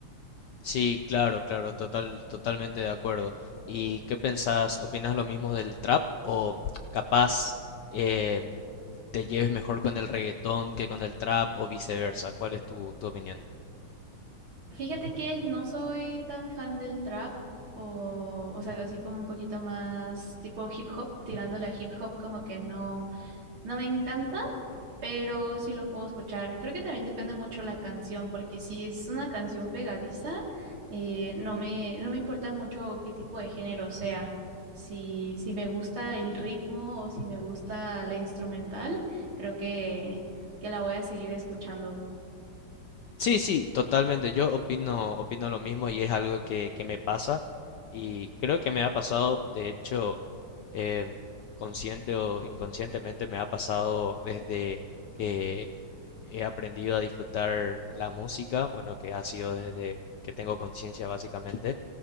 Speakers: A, on the left; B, on the right.
A: Sí, claro, claro, total, totalmente de acuerdo. ¿Y qué pensás? ¿Opinas lo mismo del trap o capaz eh, te lleves mejor con el reggaetón que con el trap o viceversa? ¿Cuál es tu, tu opinión?
B: Fíjate que no soy tan fan del trap o, o sea, así como un poquito más tipo hip hop, tirándole a hip hop como que no. No me encanta, pero sí lo puedo escuchar. Creo que también depende mucho la canción, porque si es una canción pegadiza, eh, no me, no me importa mucho qué tipo de género sea. Si, si me gusta el ritmo o si me gusta la instrumental, creo que, que la voy a seguir escuchando.
A: Sí, sí, totalmente. Yo opino, opino lo mismo y es algo que, que me pasa y creo que me ha pasado, de hecho, em, consciente o inconscientemente me ha pasado desde que he aprendido a disfrutar la música, bueno, que ha sido desde que tengo conciencia básicamente.